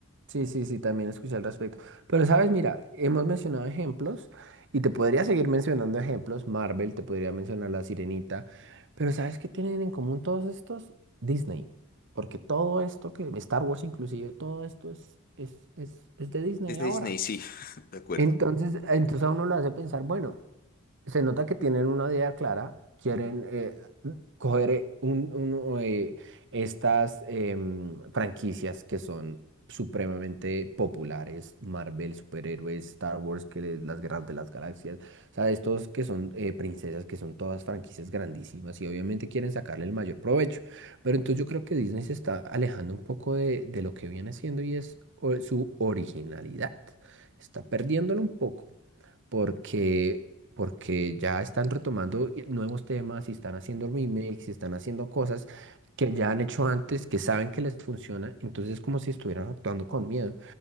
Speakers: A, on the right (about 55°); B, on the left (about 40°).
A: sí, sí, sí, también escuché al respecto. Pero sabes, mira, hemos mencionado ejemplos y te podría seguir mencionando ejemplos. Marvel, te podría mencionar La Sirenita. Pero ¿sabes qué tienen en común todos estos? Disney. Porque todo esto que, Star Wars inclusive, todo esto es, es, es, es de Disney
B: Es de
A: ahora.
B: Disney, sí, <laughs> de acuerdo.
A: Entonces, entonces a uno lo hace pensar, bueno, se nota que tienen una idea clara, quieren, eh, coger un, un, eh, estas em, franquicias que son supremamente populares, Marvel, superhéroes, Star Wars, que les- las guerras de las galaxias, o sea, estos que son eh, princesas, que son todas franquicias grandísimas y obviamente quieren sacarle el mayor provecho. Pero entonces yo creo que Disney se está alejando un poco de, de lo que viene siendo y es o- su originalidad. Está perdiéndolo un poco porque, porque ya están retomando i- nuevos temas y están haciendo remakes y están haciendo cosas que ya han hecho antes, que saben que les funciona, entonces es como si estuvieran actuando con miedo.